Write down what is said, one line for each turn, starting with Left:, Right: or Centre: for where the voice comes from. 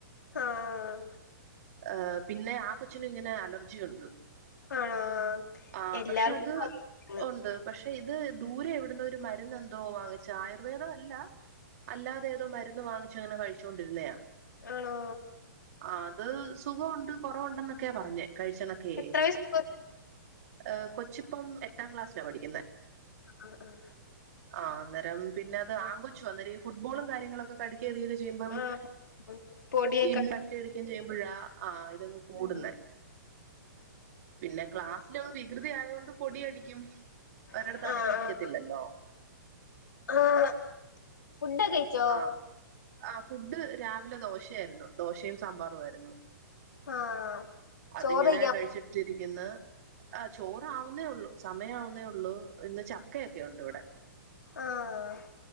Left: ആഹ്
Right: ആഹ് പിന്നെ ആ കൊച്ചിനും ങ്ങനെ അലർജിയുണ്ട്.
Left: ആണോ
Right: ആഹ്.
Left: എല്ലാർക്കും
Right: പക്ഷെ അത് ഒണ്ട്. പക്ഷെ ഇത് ദൂരെ എവ്ട്ന്നോര് മര്ന്നെന്തോ വാങ്ങിച്ച. ആയുർവേദ അല്ല. അല്ലാതെ ഏതോ മര്ന്ന് വാങ്ങിച്ച ങ്ങനെ കഴിച്ചോണ്ടിരുന്നയാ.
Left: ആണോ
Right: ആഹ് അത് സുഖൊണ്ട് കൊറവ്ണ്ടെന്നൊക്കെയാ പറഞ്ഞേ. കഴിച്ചണക്കേ
Left: എത്ര വയസ്
Right: ഏഹ് കൊച്ച്പ്പം എട്ടാം ക്ലാസ്സിലാ പഠിക്ക്ന്നേ.
Left: ആഹ് ആഹ്
Right: ആഹ്. അന്നേരം പിന്നെത് ആങ്കൊ ച്ചുആ. അന്നേരം ഈ ഫുട്ബോളും കാര്യങ്ങളൊക്കെ ക ക്കെറിയൊക്കെ ചെയ്യ്മ്പം
Left: ആഹ് പൊടിയൊക്കെ
Right: ഈ ക്കടിക്കെയും ചെയ്യുമ്പോഴാ ആഹ് അഹ് ഇതങ്ങ് കൂട്‌ന്നെ.
Left: ഉം
Right: പിന്നെ ക്ലാസ്സിലവൻ വികൃതി ആയോണ്ട് പൊടിയടിക്കും. ഒരടത്ത്
Left: ആഹ് ആഹ്
Right: അടങ്ങി യിരിക്കത്തില്ലല്ലോ.
Left: ആഹ്. ഫുഡൊക്കെ കഴിച്ചോ
Right: ആഹ് ആ ഫുഡ് രാവ് ലെ ദോശയായിര്ന്നു. ദോശയും സാമ്പാറും ആയിര്ന്നു.
Left: ആഹ്
Right: അതിങ്ങനെ
Left: ചോറ് കഴിക്കാം
Right: കഴിച്ചിട്ടിരിക്ക്ന്ന്. ആഹ് ചോറാവ്ന്നേള്ളൂ. സമയവുന്നേ ഒള്ളൂ. ഇന്ന് ചക്കയൊക്കെ ഒണ്ട് ഇവടെ
Left: ആഹ് ആഹ്